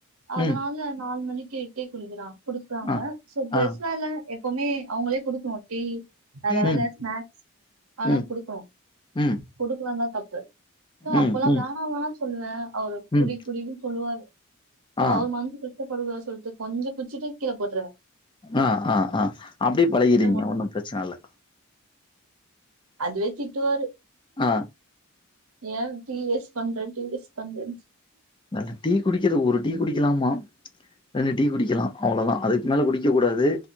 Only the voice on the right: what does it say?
அதனா
நாலு மணிக்கு டீ குடுக்கற குடுக்கறாங்க
சோ ஃப்ரஸாலா
எப்வுமே அவங்ளே கொடுக்கு டீ நல்ல வேல
ஸ்னாக்ஸ் ஆனா
குடுக்றோ
கொடுக்கலனா தப்பு சோ
அப்ப எல்லா
வேணா வேணா சொல்வ அவரு
குடி குடினு சொல்லுவாரு சோ
அவரு மனசு கஷ்ட படக்கூடாது சொல்லிட்டு கொஞ்ச குடிச்சிட்டு கீழ போட்றுவ
மூணு
அதுவே திட்டுவாரு
ஏ டீ வெஸ் பண்ற டீ வெஸ் பண்றனு